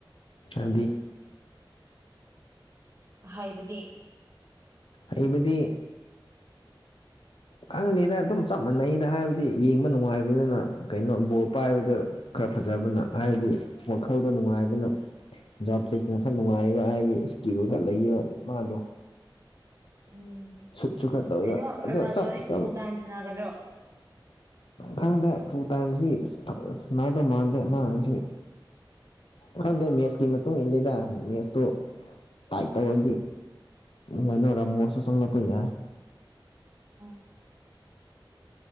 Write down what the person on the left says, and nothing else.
ꯍꯥꯏꯗꯤ
ꯑꯩꯃꯤꯗꯤ ꯈꯪꯗꯦꯗ ꯑꯗꯨꯝ ꯆꯞ ꯃꯥꯟꯅꯩꯩꯅ ꯍꯥꯏꯕꯗꯤ ꯌꯦꯡꯕ ꯅꯨꯡꯉꯥꯏꯕꯅꯤꯅ ꯀꯩꯅꯣ ꯕꯣꯔ ꯄꯥꯏꯕꯗ ꯈꯔ ꯐꯖꯕꯅ ꯍꯥꯏꯕꯗꯤ ꯋꯥꯈꯜꯗ ꯅꯨꯡꯉꯥꯏꯕꯅ ꯖꯣꯕ ꯐꯂꯤꯛꯁꯅ ꯈꯔ ꯅꯨꯡꯉꯥꯏꯕ ꯍꯥꯏꯕꯗꯤ ꯀꯤꯂꯣ ꯈ ꯂꯩꯕ ꯃꯥꯗꯣ
ꯁꯨꯠꯁꯨ ꯈꯔ ꯇꯧꯋꯦꯕ
ꯑꯗꯣ ꯆꯞ ꯆꯞ
ꯈꯪꯗꯦ ꯐꯨ ꯇꯥꯏꯕꯁꯤ ꯅꯥꯗꯧ ꯃꯥꯟꯗꯦ ꯃꯥꯁꯤ ꯈꯪꯗꯦ ꯃꯦꯠꯁꯀꯤ ꯃꯇꯨꯡ ꯏꯜꯂꯗ ꯃꯦꯠꯁꯇꯨ ꯇꯥꯏꯠ ꯇꯧꯔꯗꯤ ꯃꯅꯔ ꯃꯣꯁꯨ ꯆꯅ ꯄꯩ ꯌꯥ